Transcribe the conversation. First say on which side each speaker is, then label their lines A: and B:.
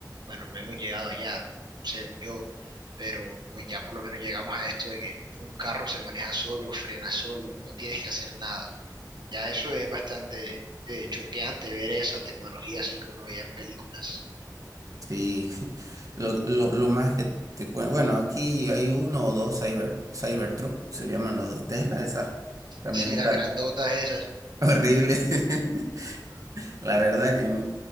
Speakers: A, on the right (about 85°); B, on the right (about 50°).
A: Bueno, no hemos llegado allá, según yo, pero pues ya por lo menos llegamos a esto de que un carro se maneja solo, frena solo, no tienes que hacer nada. Ya eso es bastante eh, choqueante ver esa tecnología así que uno veía en películas.
B: Sí, <laughs> lo, lo, lo más que te cuento, bueno, aquí hay uno o dos Cyber, Cybertruck, se llaman los de Tesla, esas camionetas
A: Sí, las grandotas esas.
B: horribles. <laughs> La verdad que no-